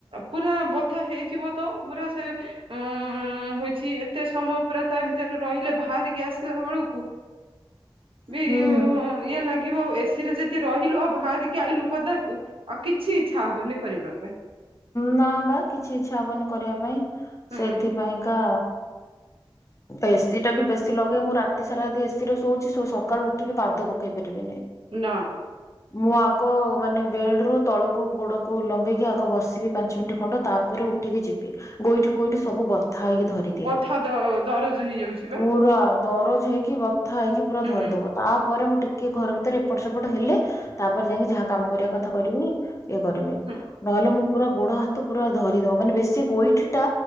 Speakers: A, on the right; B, on the left.
A: ପୁରା ବଥା ହେଇଯିବ ତ ପୁରା ସେ ଉ ଉଁ ହେଇଛି ଏତେ ସମୟ ପୁରା ତା ଭିତରେ ରହିଲେ। ବାହାରିକି ଆସିଲା ବେଳକୁ ବି
B: ହୁଁ
A: ଇଏ ଲା ଗିବ ଏସି ରେ ଯଦି ରହିଲୁ ଆଉ ବାହାରିକି ଆଣିଲୁ ପଦାକୁ ଆଉ କିଛି ଇଚ୍ଛା ହବନି। କରିବା ପାଇଁ।
B: ନା ବା କିଛି ଇଛା ହବନି କରିବା ପାଇଁ।
A: ହୁଁ
B: ସେଇଥିପାଇଁକା ଏସି ଟା ବି ବେଶୀ ଲଗେଇ ମୁଁ ରାତି ସାରା ଯଦି ଏସିି ରେ ଶୋଉଛି ସକାଳୁ ଉଠିବି ପାଦ ପକେଇ ପାରିବିନି।
A: ନା।
B: ମୁଁ ଆଗ ମାନେ ବେଡ୍ ରୁ ତଳକୁ ଗୋଡକୁ ଲମ୍ବେଇ ଆଗ ବସିବି ପାଞ୍ଚ ମିନିଟ ଖଣ୍ଡେ। ତାପରେ ଉଠିକି ଯିବି। ଗୋଉଠି ପୋଇଠି ସବୁ ବତ୍ ଥା ହେଇକି ଧରିଦିଏ
A: ବଥା ଦ ଦରଜ ହେଇଯାଉଛି ବା
B: ପୁରା। ଦରଜ ହେଇକି ବଥା ହେଇକି ପୁରା
A: ହୁଁ
B: ଧରିଦବ। ତାପରେ ମୁଁ ଟିକେ ଘର ଭିତରେ ଏପଟ ସେପଟ ହେଲେ ତାପରେ ଯାଇକି ଯାହା କାମ କରିବା କଥା କରିବି। ଇଏ କରିବି।
A: ହୁଁ।
B: ନହେଲେ ମୁଁ ପୁରା ଗୋଡ ହାତ ପୁରା ଧରିଦବ। ମାନେ ବେଶୀ ଗୋଇଠି ଟା